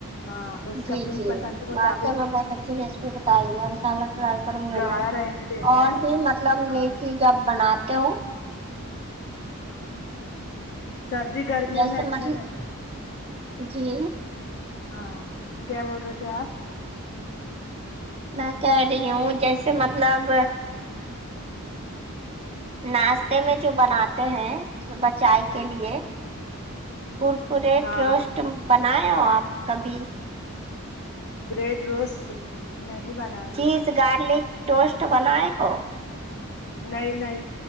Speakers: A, on the left (about 45°); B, on the right (about 25°).
A: ہاں اس
B: جی
A: کا اپنے
B: جی
A: پسند کے مطابق
B: واقع میں بہت اچھی ریسیپی بتائے ہے انشاء اللہ تعالی گرام کرنا
A: گاڑھا
B: ہے
A: رہنے دینا
B: اور
A: ہے
B: پھر مطلب
A: ہاں
B: میتھی جب بناتے ہو
A: سردی گرمیوں
B: جیسے
A: میں اچھا
B: مطلب
A: رہتا ہے
B: جی
A: ہاں کیا بول رہے تھے آپ
B: میں کہہ رہی ہوں جیسے مطلب ناشتے میں جو بناتے ہیں صبح چائے کے لیے کرکرے
A: ہاں
B: ٹروسٹ
A: ہاں
B: بنائے ہو آپ کبھی
A: بریڈ روسٹ نہیں بنایا
B: چیز گارلک ٹوسٹ بنائے ہو
A: نہیں نہیں